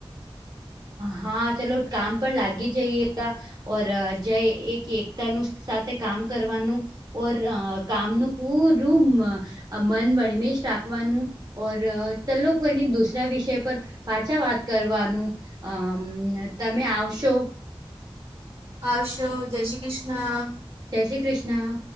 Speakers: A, on the right; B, on the right.
A: હા ચલો કામ પણ લાગી જઈએ ઓર જય એક એકતાનું સાથે કામ કરવાનું ઓર અ કામનું પૂરું અ મ મન વણમેસ રાખવાનું. ઓર તલોની દુસરા વિષય પર પાછા વાત કરવાનું. અ તમે આવશો?
B: આવશો જય શ્રી કૃષ્ણ.
A: જય શ્રી કૃષ્ણ.